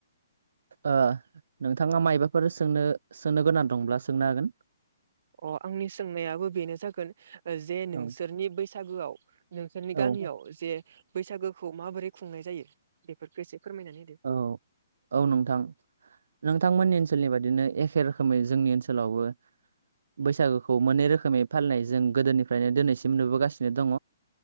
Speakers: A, on the right; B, on the right.
A: ओ नोंथाङा मायबाफोर सोंनो सोंनो गोनां दंब्ला सोंनो हागोन।
B: अ आंनि सोंनायाबो बेनो जागोन जे नोंसोरनि
A: औ
B: बैसागोआव नोंसोरनि
A: औ
B: गा मियाव जे बैसागोखौ माबोरै खुंनाय जायो बेफोरखौ एसे फोरमायनानै होदो
A: औ औ नोंथां नोंथांमोननि ओनसोलनि बादिनो एखे रोखोमै जोंनि ओनसोलावबो बैसागोखौ मोननै रोखोमै फालिनाय जों गोदोनिफ्रायनो दिनैसिम नुबोगासिनो दङ।